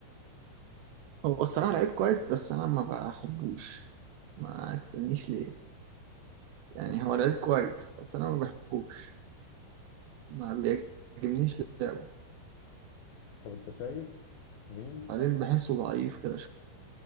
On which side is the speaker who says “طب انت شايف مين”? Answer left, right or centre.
Left